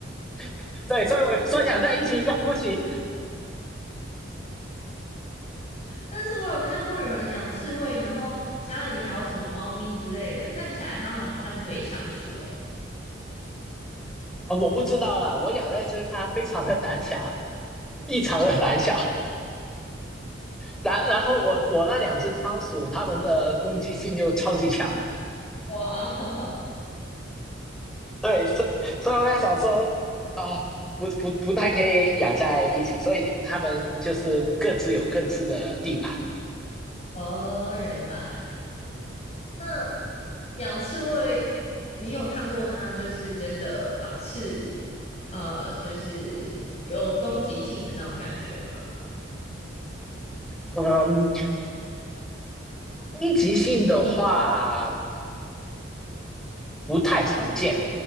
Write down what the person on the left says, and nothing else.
但是我有看过有人养刺猬，然后家里还有什么猫咪之类的，看起来它们好像可以相处诶。
哇，<laughs>
哦，原来。那。养刺猬，你有看过它就是真的把刺，呃，就是有攻击性的那种感觉吗？